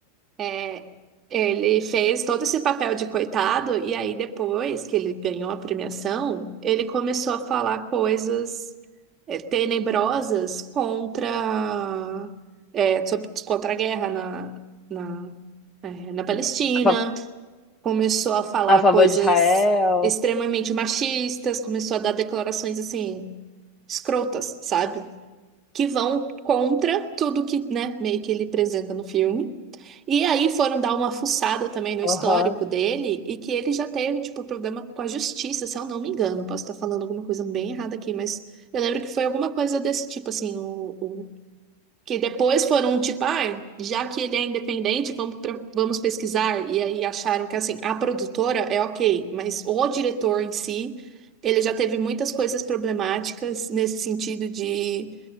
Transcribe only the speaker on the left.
A fa-
a favor
de Israel.
Aham,